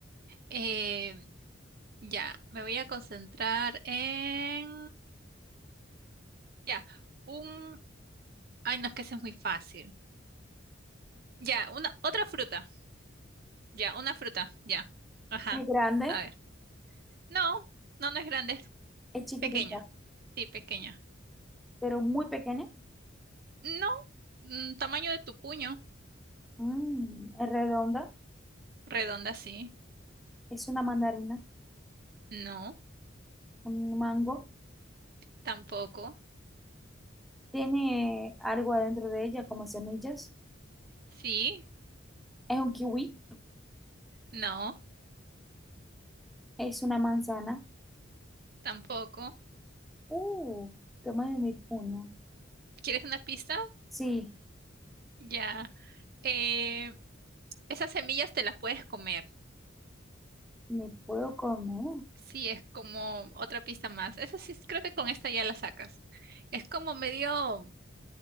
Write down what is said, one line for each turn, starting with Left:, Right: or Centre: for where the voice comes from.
Right: em, ya, me voy a concentrar en... Ya, un... Ay, no, es que ese es muy fácil. Ya, una, otra fruta. Ya, una fruta. Ya. Ajá.
Centre: Es grande,
Right: A ver. No, no, no es grande, es
Centre: es chiquitita,
Right: pequeña. Sí, pequeña.
Centre: pero muy pequeña.
Right: No, mm, tamaño de tu puño.
Centre: Mm, es redonda,
Right: Redonda, sí.
Centre: es una mandarina,
Right: No,
Centre: un mango.
Right: tampoco.
Centre: Tiene algo adentro de ella como semillas.
Right: Sí,
Centre: Es un kiwi,
Right: no,
Centre: es una manzana.
Right: tampoco.
Centre: Uh, tamaño de mi puño.
Right: ¿Quieres una pista?
Centre: Sí,
Right: Ya. Eh, esas semillas te las puedes comer.
Centre: me puedo comer.
Right: Sí, es como otra pista más. Esa sí, creo que con esta ya la sacas. Es como medio